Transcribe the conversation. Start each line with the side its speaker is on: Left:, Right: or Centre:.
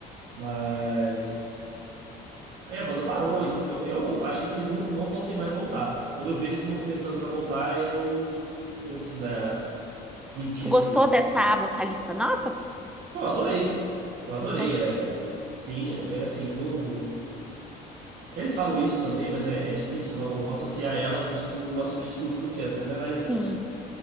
Right: Mas. Aí a banda parou e tudo. Eu, eu achei que eles não, não fossem mais voltar. Quando eu vi eles se movimentando pra voltar, eu. Eu disse, né? Mentira,
Centre: Tu gostou
Right: isso aí.
Centre: dessa vocalista nova?
Right: Pô, eu adorei. Eu adorei.
Centre: Gostou?
Right: É, sim, é assim, não. Eles falam isso também, mas é, é difícil não, não associar ela como se fosse uma substituta do Chester, né? Mas
Centre: Sim,